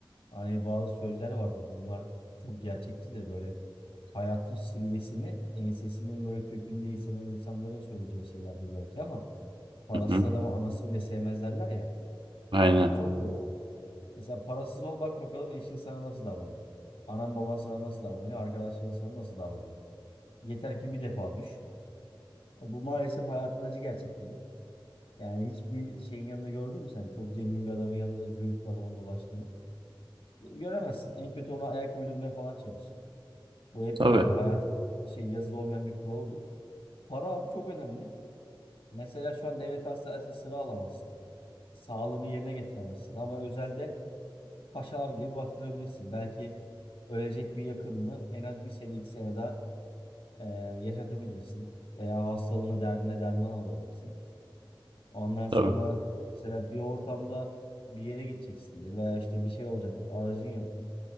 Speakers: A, on the left; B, on the right.
A: Hani bazı sözler vardır bunlar çok gerçekçidir böyle hayatın sillesini ensesinin böyle kökünde hisseden insanların söyleyeceği şeylerdir belki ama parasız
B: hı hı.
A: adamı anası bile sevmez derler ya.
B: Aynen.
A: O çok doğru. Mesela parasız ol bak bakalım eşin sana nasıl davranıyor. Anan baban sana nasıl davranıyor. Arkadaşların sana nasıl davranıyor. Yeter ki bir defa düş. E, Bu maalesef hayatın acı gerçekleri. Yani hiçbir şeyin yanında gördün mü sen çok zengin bir adamın yanında züğürt bir adamın dolaştığını? Göremezsin. En kötü ona ayak uydurmaya falan çalışır. Bu hep
B: Tabii,
A: böyledir. Hayatın şey yazılı olmayan bir kuralıdır. Para abi çok önemli. Mesela şu an devlet hastanesinde sıra alamazsın. Sağlığını yerine getiremezsin. Ama özelde paşalar gibi baktırabilirsin. Belki ölecek bir yakınını en az bir sene iki sene daha e, yaşatabilirsin. Veya hastalığına derdine derman olabilirsin. Ondan sonra
B: tabii.
A: mesela bir ortamda bir yere gideceksindir veya işte bir şey olacaktır. Aracın yoktur.